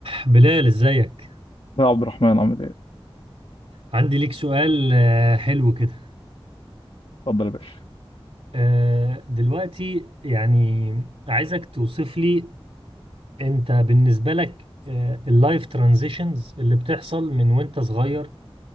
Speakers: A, on the right; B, on the left.
A: بلال ازيك
B: يا عبد الرحمن عامل ايه؟
A: عندي ليك سؤال آه، حلو كده
B: اتفضل يا باشا
A: آه، دلوقتي يعني عايزك توصف لي انت بالنسبة لك اللايف ترانزيشنز اللي بتحصل من وانت صغير